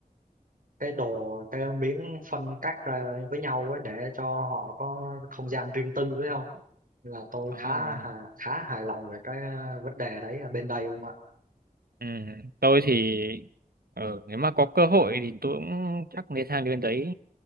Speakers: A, on the right; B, on the right.
A: cái đồ cái miếng phân cắt ra với nhau ấy để cho họ có không gian riêng tư ấy không là tôi
B: à,
A: khá hài, khá hài lòng về cái ờ, vấn đề đấy ở bên đây không ạ
B: ừ tôi thì ừ, nếu mà có cơ hội thì tôi cũng chắc nên sang đến đấy